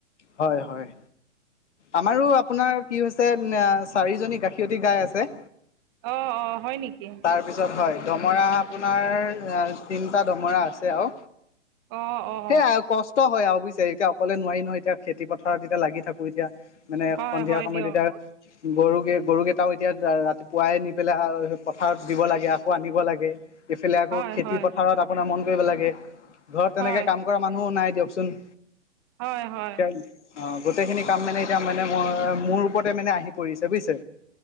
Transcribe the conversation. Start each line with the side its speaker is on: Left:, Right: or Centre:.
Left: হয়, হয়। আমাৰো আপোনাৰ কি হৈছে চাৰি জনী গাখীৰতি গাই আছে।
Right: অ', অ', হয় নেকি?
Left: তাৰপিছত হয়, দমৰা আপোনাৰ তিনটা দমৰা আছে আৰু।
Right: অঁ অঁ
Left: সেইয়া ক হয় আৰু বুজিছে, এতিয়া অকলে নোৱাৰি নহয় এতিয়া খেতি পথাৰত এতিয়া লাগি থাকো এতিয়া। মানে
Right: হয়
Left: সন্ধিয়া
Right: হয়
Left: সময়ত
Right: দিয়ক
Left: এতিয়া গৰুকে-গৰুকেইটাও এতিয়া ৰাতিপুৱাই নি পেলাই পথাৰত দিব লাগে, আকৌ আনিব লাগে। এইফালে আকৌ
Right: হয়
Left: খেতি
Right: হয়
Left: পথাৰত আপোনাৰ মন কৰিব লাগে। ঘৰত তেনেকে
Right: হয়
Left: কাম কৰা মানুহো নাই দিয়কচোন
Right: হয় হয়
Left: <unintelligible> অ', গোটেইখিনি কাম মানে এতিয়া মানে মো-মোৰ ওপৰতে মানে আহি পৰিছে বুজিছে।